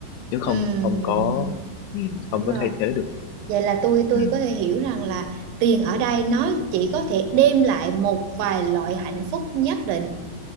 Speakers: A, on the left; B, on the right.
A: chứ không
B: ừm,
A: không có ừ, không
B: đúng
A: có
B: rồi
A: thay thế được
B: vậy là tôi tôi
A: ừ,
B: có thể hiểu rằng là tiền ở đây nó chỉ có thể đem lại một vài loại hạnh phúc nhất định